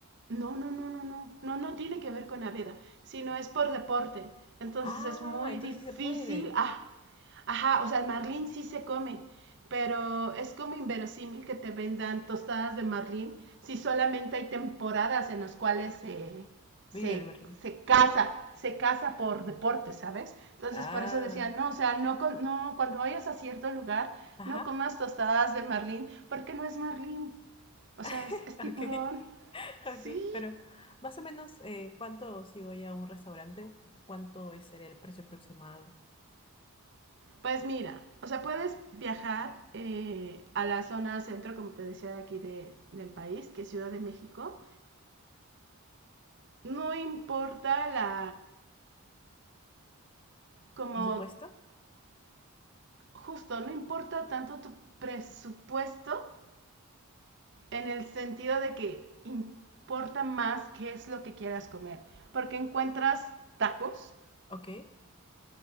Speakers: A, on the right; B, on the left.
A: No, no, no, no, no, no, no tiene que ver con la vida, sino es por deporte. Entonces
B: Ah,
A: es muy
B: entonces
A: difícil.
B: sí se puede.
A: Ah, ajá, o sea, el marlín sí se come, pero es como inverosímil que te vendan tostadas de marlín si solamente hay temporadas en las cuales se,
B: Vive
A: se,
B: el berlín
A: se caza, se caza por deporte, ¿sabes? Entonces
B: Ah,
A: por eso decía, no, o sea, no, con- no, cuando vayas a cierto lugar,
B: ajá,
A: no comas tostadas de marlín, porque no es marlín, o sea,
B: <laughs>
A: es, es
B: ok,
A: tiburón.
B: <laughs>
A: Sí,
B: ok, pero más o menos, eh, ¿cuánto si voy a un restaurante? ¿Cuánto es el precio aproximado?
A: Pues mira, o sea, puedes viajar eh, a la zona centro, como te decía, de aquí de, del país, que es Ciudad de México. No importa la... como
B: presupuesto.
A: justo, no importa tanto tu presupuesto en el sentido de que importa más qué es lo que quieras comer, porque encuentras tacos
B: Ok.